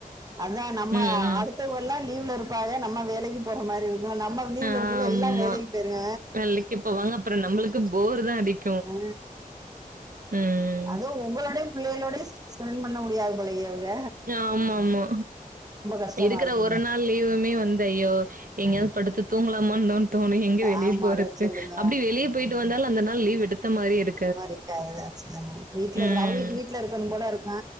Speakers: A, on the right; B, on the right.
A: அதா நம்ம
B: ம் ம்
A: அடுத் மித்தவ்கல்லா லீவ்ல இருப்பாக நம்ம வேலைக்கு போற மாரி இருக்கு நம்ம லீவுல
B: ஆமா.
A: இருக்கைல எல்லா வேலைக்கு போயிரு
B: வெள்ளைக்கு போவாங்க அப்புறோ நம்மளுக்கு போர் தா அடிக்
A: அ
B: ம்
A: அதுவு ஒங்களோடயு பிள்ளையளோடயு ஸ்பென் பண்ண முடியாது போலயே இவுக
B: ஆ மா மா
A: கஷ்டமா
B: இருக்கற
A: இருக்குங்க
B: ஒரு நாள் லீவுமே வந்து ஐயோ எங்கயாவது
A: ஆ.
B: படுத்து தூங்கலாமாந்தாதோனு எங்க வெளிய
A: ஆமா
B: போறது
A: அதா சொல்லுங்க
B: அப்டி வெளிய பெய்ட் டு வந்தாலு அந்த நாள் லீவ் எடுத்த மாரி எடு
A: <unintelligible> வீட்ல
B: ம்
A: இரு அவகளுக்கு வீட்ல இருக்கனும் போல இருக்கு